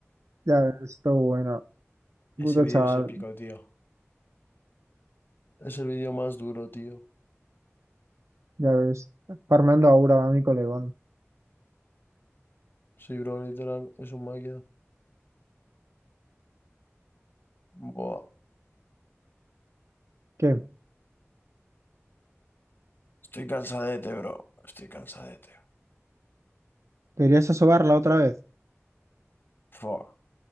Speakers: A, on the right; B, on the left.
A: Ya ves, esto bueno. Puto
B: Ese vídeo
A: chaval,
B: es épico, tío. Es el vídeo más duro, tío.
A: ya ves. Farmando aura va mi colegón.
B: Sí, bro, literal, es un máquina. Buah.
A: ¿Qué?
B: Estoy cansadete, bro. Estoy cansadete.
A: ¿Querías asobarla otra vez?
B: Fua.